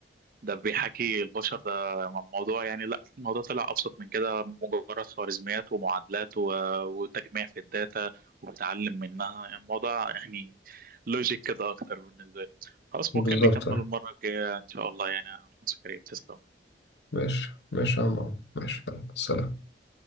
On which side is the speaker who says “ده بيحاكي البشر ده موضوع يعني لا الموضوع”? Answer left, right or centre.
Right